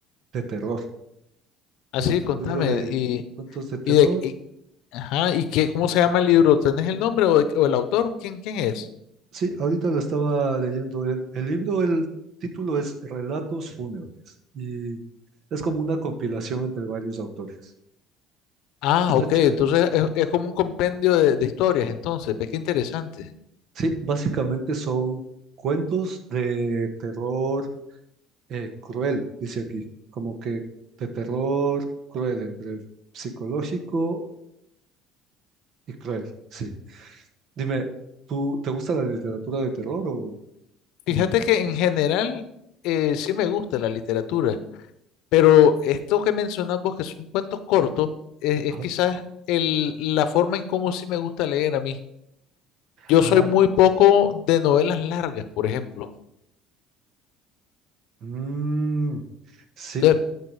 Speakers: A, on the right; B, on the left.
A: de terror.
B: así,
A: Un, un
B: contame.
A: libro de
B: Y,
A: cuentos de terror.
B: y de, y- ajá, ¿y qué, cómo se llama el libro? ¿Tenés el nombre o, de- o el autor? ¿Quién, quién es?
A: Sí, ahorita lo estaba leyendo. El, el libro, el título es Relatos fúnebres y es como una compilación entre varios autores.
B: Ah,
A: Está
B: ok,
A: chévere.
B: entonces es, es como un compendio de, de historias, entonces, ve qué interesante.
A: Sí, básicamente son cuentos de terror eh, cruel, dice aquí, como que de terror cruel, entre psicológico y cruel, sí. Dime, ¿tú te gusta la literatura de terror o,
B: Fíjate
A: o no mucho?
B: que en general eh, sí me gusta la literatura, pero esto que mencionas vos, que son cuentos cortos, es, es
A: Ajá.
B: quizás el, la forma en cómo sí me gusta leer a mí. Yo
A: Ah,
B: soy muy poco de novelas largas, por ejemplo.
A: mm, sí,
B: Entonces,